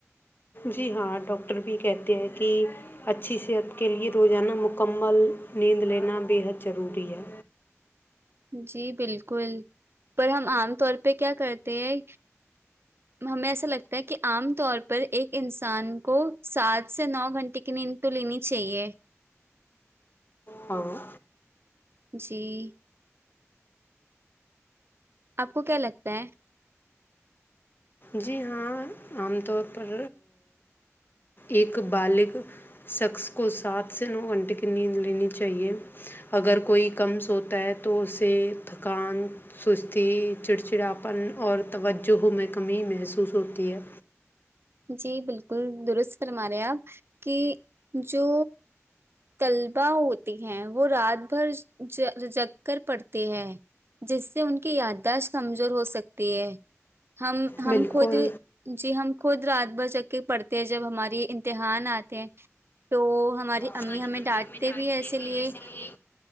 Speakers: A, on the left; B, on the right.
A: جی ہاں ڈاکٹر بھی کہتے ہیں کہ اچھی صحت کے لیے روزانہ مکمل نیند لینا بے حد ضروری ہے
B: جی بالکل پر ہم عام طور پہ کیا کرتے ہیں ہمیں ایسا لگتا ہے کہ عام طور پر ایک انسان کو سات سے نو گھنٹے کی نیند تو لینی چاہئے
A: اور
B: جی آپ کو کیا لگتا ہے
A: جی ہاں عام طور پر ایک بالغ شخص کو سات سے نو گھنٹے کی نیند لینی چاہیے اگر کوئی کم سوتا ہے تو اسے تھکان سستی چڑچڑاپن اور توجہ میں کمی محسوس ہوتی ہے
B: جی بالکل درست فرما رہے آپ کہ جو طلبا ہوتی ہیں وہ رات بھر جگ کر پڑتی ہے جس سے ان کی یادداشت کمزور ہو سکتی ہے ہم ہم
A: بالکل
B: خود جی ہم خود رات بھر جک کے پڑھتے ہیں جب ہماری امتحان آتے ہیں تو ہماری
A: ہماری امی
B: ڈانٹتے
A: ہمیں ڈانگتے
B: بھی ہے اسی
A: ہیں
B: لیے
A: ایسے ہی